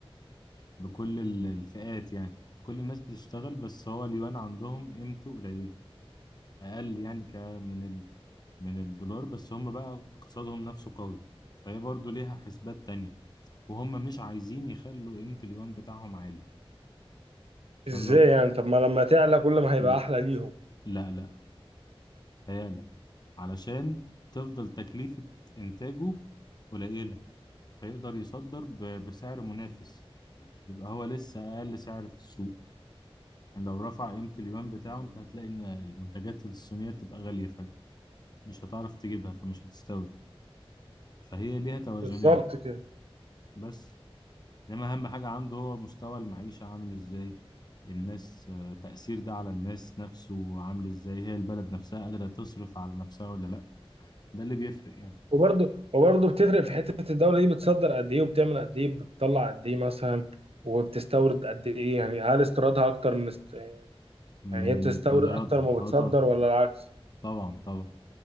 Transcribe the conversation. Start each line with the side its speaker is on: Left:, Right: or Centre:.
Left: بكل ال- الفئات يعني في كل الناس بتشتغل بس هو اليوان عندهم قيمته قليلة اقل يعني ك من ال... من الدولار بس هم بقى اقتصادهم نفسه قوي فهي برضو ليها حسبات تانية وهم مش عايزين يخلوا قيمة اليوان بتاعهم عالي عشان
Right: ازاي
Left: لو
Right: يعني طب ما لما تعلى كل ما هيبقى
Left: لا
Right: احلى ليهم
Left: لا لا تهيألك علشان تفضل تكلفة إنتاجه قليلة فيقدر يصدر ب- بسعر منافس يبقى هو لسه أقل سعر في السوق يعني لو رفع قيمة اليوان بتاعه أنت هتلاقي إن المنتجات الصينية تبقى غالية فجأة مش هتعرف تجيبها فمش هتستورد فهي ليها توازنات
Right: بالظبط كده
Left: بس انما اهم حاجة عنده هو مستوى المعيشة عامل ازاي الناس آه، تأثير ده على الناس نفسه عامل ازاي هي البلد نفسها قادرة تصرف على نفسها ولا لا ده اللي بيفرق يعني
Right: وبرده وبرده بتفرق في حتة الدولة دي بتصدر قد ايه وبتعمل قد ايه بتطلع قد ايه مثلا وبتستورد قد ايه يعني هل استيرادها اكتر من است... يعني
Left: من
Right: هي بتستورد
Left: قدراتها
Right: اكتر ما
Left: اه
Right: بتصدر
Left: طبعا
Right: ولا العكس
Left: طبعا طبعا